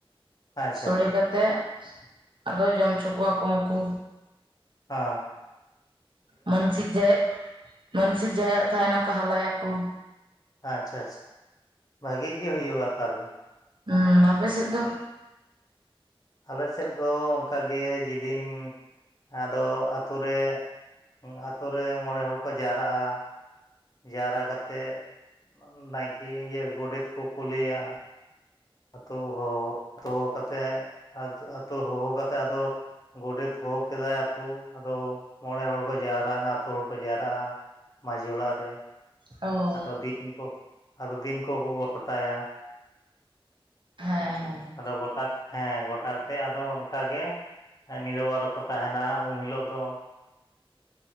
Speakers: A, on the left (about 40°); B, on the right (about 55°).
A: ᱟᱪᱪᱷᱟ
B: ᱥᱳᱲᱮ
A: ᱟᱪᱪᱷᱟ
B: ᱠᱟᱛᱮ ᱟᱫᱚ ᱡᱚᱢᱪᱚ ᱠᱚᱣᱟ ᱠᱚ ᱩᱱᱠᱩ
A: ᱟᱸ
B: ᱢᱟᱹᱱᱥᱤᱠ ᱡᱟᱭᱟᱜ ᱢᱟᱹᱱᱥᱤᱠ ᱡᱟᱦᱟᱸᱭᱟᱜ ᱛᱟᱦᱮᱱᱟᱠᱚ ᱦᱟᱞᱟᱭᱟ ᱠᱚ᱾
A: ᱟᱪᱪᱷᱟ ᱟᱪᱪᱷᱟ ᱵᱷᱟᱜ ᱜᱮ ᱦᱩᱭᱩᱜᱼᱟ ᱛᱟᱦᱚᱞᱮ?
B: ᱦᱩᱸ ᱟᱯᱮ ᱥᱮᱫ ᱫᱚ?
A: ᱟᱞᱮ ᱥᱮᱫ ᱫᱚ ᱚᱱᱠᱟ ᱜᱮ ᱡᱮ ᱫᱤᱱ ᱟᱫᱚ ᱟᱹᱛᱩ ᱨᱮ ᱼᱼ ᱟᱹᱛᱩ ᱨᱮ ᱢᱚᱬᱮ ᱦᱚᱲ ᱠᱚ ᱡᱟᱣᱨᱟᱜᱼᱟ, ᱡᱟᱣᱨᱟ ᱠᱟᱛᱮᱜ ᱱᱟᱭᱠᱮ ᱤᱭᱟᱹ ᱜᱳᱰᱮᱛ ᱠᱚ ᱠᱳᱞᱮᱭᱟ᱾ ᱟᱹᱛᱩ ᱦᱚ ᱦᱚ ᱦᱚᱦᱚ ᱠᱟᱛᱮᱜ ᱟᱛᱩ ᱦᱚᱦᱚ ᱠᱟᱛᱮᱜ ᱟᱫᱚ ᱜᱚᱰᱮᱛ ᱦᱚᱦᱚ ᱠᱮᱫᱟᱭ, ᱟᱹᱛᱩ ᱟᱫᱚ ᱢᱚᱬᱮ ᱦᱚᱲ ᱠᱚ ᱡᱟᱣᱨᱟᱭᱱᱟ ᱟᱹᱛᱩ ᱦᱚᱲ ᱠᱚ ᱡᱟᱣᱨᱟᱜᱼᱟ᱾ ᱢᱟᱺᱡᱷᱤ ᱚᱲᱟᱜ ᱨᱮ
B: ᱚ
A: ᱟᱫᱚ ᱫᱤᱱ ᱠᱚ ᱟᱫᱚ ᱫᱤᱱ ᱠᱚᱠᱚ ᱜᱚᱴᱟᱭᱟ᱾
B: ᱦᱮᱸ ᱦᱮᱸ᱾
A: ᱟᱫᱚ ᱜᱚᱴᱟ ᱦᱮᱸ ᱜᱚᱴᱟ ᱠᱟᱛᱮ ᱟᱫᱚ ᱚᱱᱠᱟ ᱜᱮ ᱱᱤᱨ-ᱵᱟᱨ ᱨᱮᱠᱚ ᱛᱟᱸᱦᱮᱱᱟ, ᱩᱱ ᱦᱤᱞᱳᱜ ᱫᱚ